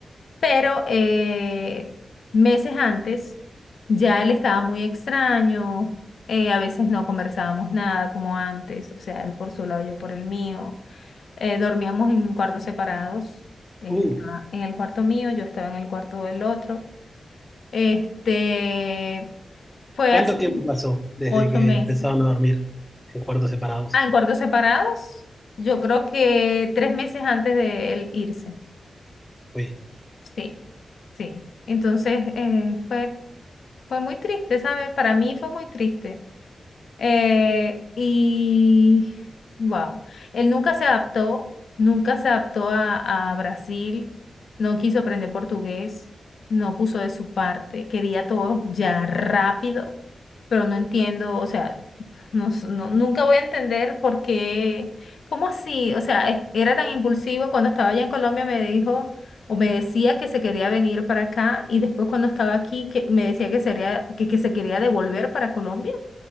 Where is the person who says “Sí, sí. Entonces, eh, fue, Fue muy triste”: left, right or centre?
Left